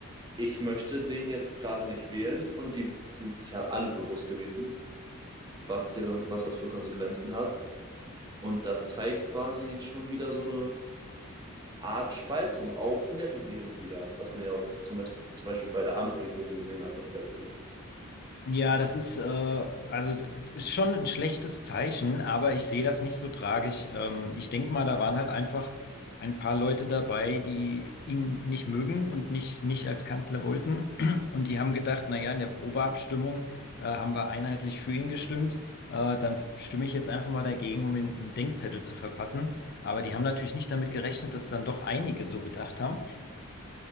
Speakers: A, on the right (about 20°); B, on the left (about 45°).
A: ich möchte den jetzt gerade nicht wählen und die sind sich ja alle bewusst gewesen, was deren, was das für Konsequenzen hat. Und das zeigt quasi schon wieder so eine Art Spaltung, auch in der Regierung wieder, was man ja auch zum, Beispiel- zum Beispiel bei der Ampelregierung gesehen hat, das letztes.
B: Ja, das ist, äh, also ist schon ein schlechtes Zeichen, aber ich sehe das nicht so tragisch. Ähm, ich denke mal, da waren halt einfach ein paar Leute dabei, die ihn nicht mögen und nicht, nicht als Kanzler wollten. <clears throat> Und die haben gedacht, na ja, in der Probeabstimmung, äh, haben wir einheitlich für ihn gestimmt. Äh, dann stimme ich jetzt einfach mal dagegen, um ihm einen Denkzettel zu verpassen. Aber die haben natürlich nicht damit gerechnet, dass dann doch einige so gedacht haben.